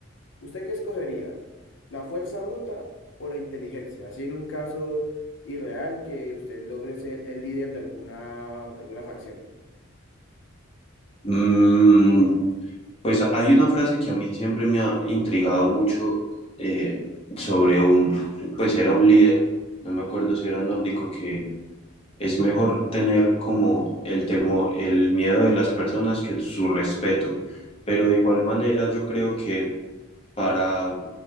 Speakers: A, on the left; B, on the left.
A: ¿Usted qué escogería? ¿La fuerza bruta o la inteligencia? Así en un caso irreal que usted logre ser el líder de alguna, alguna facción.
B: Mm, pues hay una frase que a mí siempre me ha intrigado mucho eh, sobre un, pues era un líder, no me acuerdo si era nórdico, que Es mejor tener como el temor, el miedo de las personas que su respeto. Pero de igual manera yo creo que para,